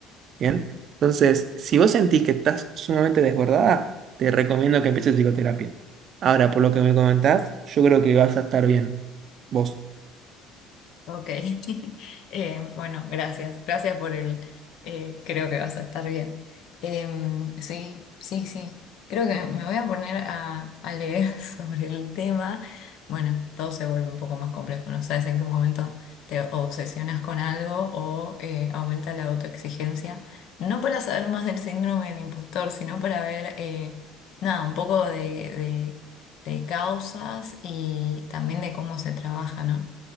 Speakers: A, on the right (about 50°); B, on the left (about 65°).
A: ¿Bien? Entonces, si vos sentís que estás sumamente desbordada, te recomiendo que empieces psicoterapia. Ahora, por lo que me comentás, yo creo que vas a estar bien. Vos,
B: Ok, <laughs> Eh, bueno, gracias, gracias por el, eh, creo que vas a estar bien. Em, sí, sí, sí, creo que me voy a poner a, a leer <laughs> sobre el tema. Bueno, todo se vuelve un poco más complejo, no sabes en qué momento te obsesionas con algo o eh, aumenta la autoexigencia, no para saber más del síndrome del impostor, sino para ver, eh, nada, un poco de, de de causas y también de cómo se trabaja, ¿no?